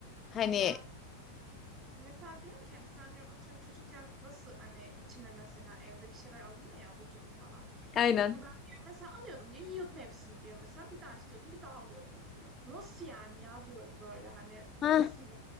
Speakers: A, on the left; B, on the right.
A: Hani
B: Ya Mesela diyorum ki hani sen diyorum atıyorum çocukken nasıl hani içime mesela evde bir şeyler alınıyor ya abur cubur falan.
A: aynen.
B: Ben diyor mesela alıyordum diyor yiyordum hepsini diyor mesela bir daha istiyordum bir daha alıyordum diyor. Nasıl yani ya diyorum böyle hani
A: Ha,
B: nasıl ya